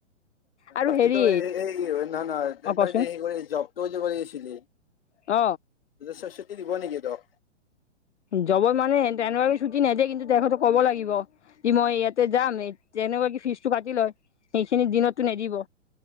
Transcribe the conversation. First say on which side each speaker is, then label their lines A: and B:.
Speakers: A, on the left; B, on the left.
A: আৰু
B: বাকী
A: হেৰি
B: এই নহয় নহয়
A: অ কচোন
B: তাৰ যে কৰে জবটো যে কৰি আছিলি
A: অ',।
B: চু চুটি দিব নেকি তোক?
A: জৱৰ মানে তেনেকুৱা ছুটি নেদিয়ে কিন্তু তেখেতো ক'ব লাগিব কি মই ইয়াতে যাম তেনেকুৱা কি ফিজটো কাটি লয় সেইখিনি দিনতটো নিদিব।